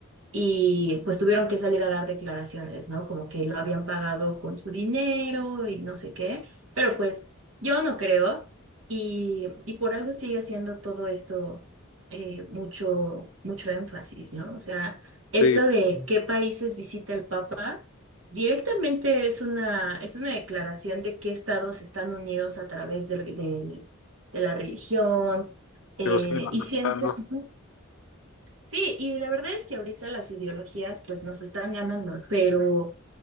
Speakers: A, on the right; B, on the left.
A: Y pues tuvieron que salir a dar declaraciones, ¿no? Como que lo habían pagado con su dinero y no sé qué. Pero pues yo no creo. Y, y por algo sigue siendo todo esto eh, mucho, mucho énfasis, ¿no? O sea, esto
B: Sí,
A: de qué países visita el Papa Directamente es una, es una declaración de qué estados están unidos a través del, del- de la religión. eh,
B: pero siguen aceptando.
A: y siento, ujú. sí, y la verdad es que ahorita las ideologías pues nos están ganando, pero